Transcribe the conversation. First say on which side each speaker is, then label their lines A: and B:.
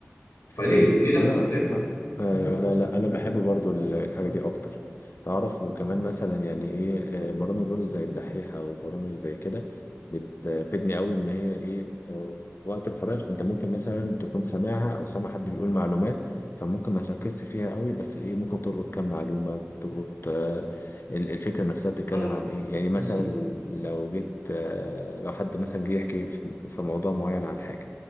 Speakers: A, on the left; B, on the left.
A: فليه
B: ايوه
A: ليه لا
B: انا
A: فاهم
B: ايوه لا لا انا بحب برضو ال- الحاجه دي اكتر تعرف وكمان مثلا يعني ايه آه، برامج برضو زي الدحيح او برامج زي كده بتفيدني قوي ان هي ايه آه، وقت الفراغ انت ممكن مثلا تكون سامعها او سامع حد بيقول معلومات فممكن ما تركزش فيها قوي بس ايه ممكن تلقط كام معلومه تلقط آه، ال- الفكره نفسها بتتكلم
A: صح
B: عن ايه يعني مثلا
A: بالظبط
B: لو جيت آه، لو حد مثلا جه يحكي في في موضوع معين عن حاجه